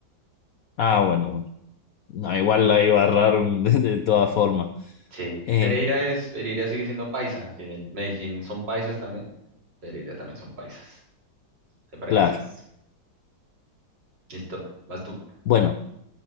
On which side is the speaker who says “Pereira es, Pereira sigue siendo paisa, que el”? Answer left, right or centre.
Right